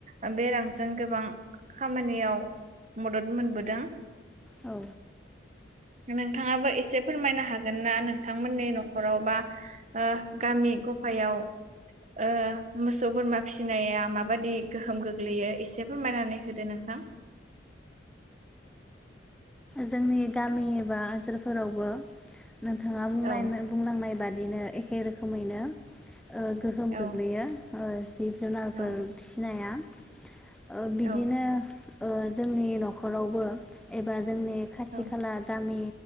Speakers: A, on the right; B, in the centre.
A: ओ बे रांजों गोबां खामानियाव मदद मोनबोदों।
B: औ
A: नोंथाङाबो एसे फोरमायना हागोन ना? नोंथांमोननि न'खराव बा ओ गामि गफायाव ओ मोसौ बोरमा फिनाया माबाददि गोहोम गोग्लैयो एसे फोरमायनानै होदो नोंथां।
B: जोंनि गामि एबा ओनसोलफोरावबो नोंथाङा बुंनायनो
A: औ
B: बुंनांनाय बादि बिदिनो एखे रोखोमैनो ओ गोहोम
A: औ
B: गोग्लैयो। ओ सि जुनारफोर
A: औ
B: फिनाया ओ बिदिनो
A: औ
B: ओ जोंनि न'खरावबो एबा जोंनि खाथि
A: औ
B: खाला गामि।